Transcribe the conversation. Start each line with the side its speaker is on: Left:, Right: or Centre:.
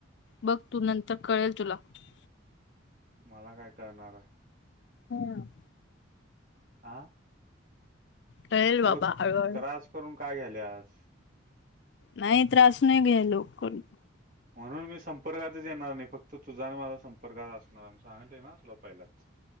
Left: बघ तू नंतर कळेल तुला, <unintelligible>
Right: मला काय करणार आहे <unintelligible>
Left: हम् <unintelligible>
Right: आह <unintelligible>
Left: कळेल बाबा
Right: उगच
Left: हळूहळू
Right: त्रास करून काय घ्याल्या <unintelligible>
Left: नाही त्रास नाही घे लोक कोण <unintelligible>
Right: म्हणून मी संपर्कातच येणार नाही फक्त तुझा आणि माझा संपर्कात असणार मी सांगते ना तुला पहिला <unintelligible>